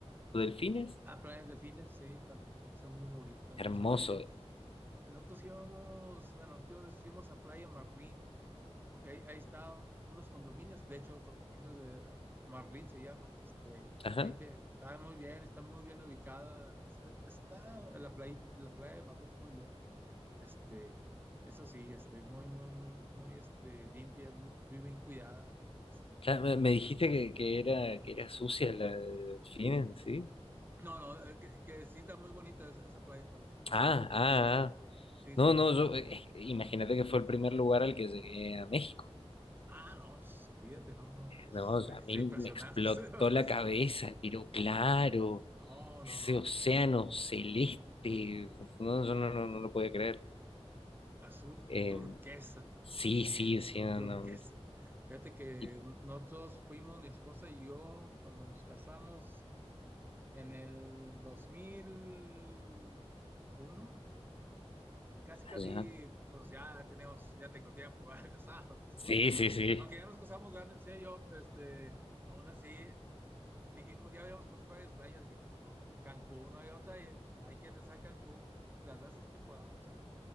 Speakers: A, on the left; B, on the right.
A: o Delfines,
B: Ah, playas delfines, sí, también, son muy bonita.
A: hermoso.
B: Yo estuve, nosotros íbamos, bueno, los tíos fuimos a Playa Marlín, porque ahí, ahí estaban unos condominios, de hecho, condominios de Marlín se llama, este,
A: Ajá.
B: ahí te, está muy bien, está muy bien ubicada, es- está la playa, la playa de Marlín muy bien, este, eso sí, este, muy, muy, muy, muy, este, limpia, muy, muy bien cuidada. Es-
A: Ya Me, me dijiste que, que era, que era sucia la de Delfines, ¿sí?
B: No, no, eh, que, que sí está muy bonita esa esa playa también, sí,
A: Ah,
B: me tocó,
A: ah, ah.
B: sí,
A: No,
B: sí nos
A: no,
B: tocó.
A: yo, eh, eh, imagínate que fue el primer lugar al que llegué a México.
B: Ah, no, pues, olvídate, no, no, pues
A: No, a
B: te, te
A: mí
B: impresionaste,
A: me explotó
B: <laughs> se devastaste.
A: la cabeza, pero claro.
B: No,
A: ese
B: no, no.
A: océano celeste, no, yo no, no, no lo podía creer.
B: Azul
A: Eh,
B: turquesa.
A: sí,
B: Sí,
A: sí,
B: azul
A: sí, no,
B: turquesa.
A: no,
B: Fíjate que
A: y
B: nosotros fuimos, mi esposa y yo, cuando nos casamos en el dos mil uno y casi,
A: allá.
B: casi, pues ya tenemos, ya tengo tiempo para <laughs> casar, por supuesto.
A: Sí, sí, sí.
B: Aunque ya nos casamos grandes, mi señor y yo, este, aún así, dijimos, ya habíamos conocido varias playas, dije, no, Cancún, no hay otra, y hay que rezar Cancún las veces que podamos. Y